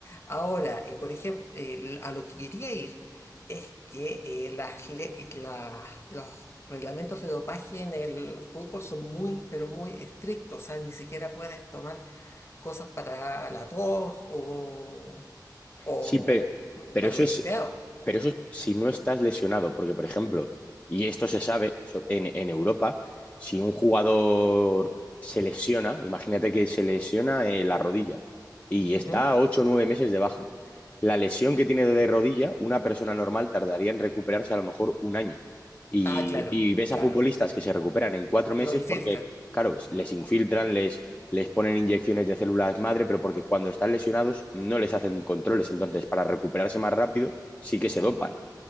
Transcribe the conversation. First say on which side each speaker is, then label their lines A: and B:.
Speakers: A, on the left; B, on the left.
A: Ahora, eh, por ejemplo, a lo que quería ir es que eh, las le- la- los reglamentos de dopaje en el fútbol son muy, pero muy estrictos. O sea, ni siquiera puedes tomar cosas para la tos o, o
B: Sí, pero, pero
A: para
B: eso
A: el resfriado.
B: es Pero eso es si no estás lesionado, porque, por ejemplo, y esto se sabe so- en, en Europa, si un jugador se lesiona, imagínate que se lesiona eh, la rodilla y está
A: Ujú.
B: ocho o 9 meses de baja. La lesión que tiene de rodilla, una persona normal tardaría en recuperarse a lo mejor un año. Y,
A: Ah, claro,
B: y ves
A: claro.
B: a futbolistas que se recuperan en cuatro meses
A: Lo infiltran.
B: porque, claro, les infiltran, les, les ponen inyecciones de células madre, pero porque cuando están lesionados no les hacen controles. Entonces, para recuperarse más rápido, sí que se dopan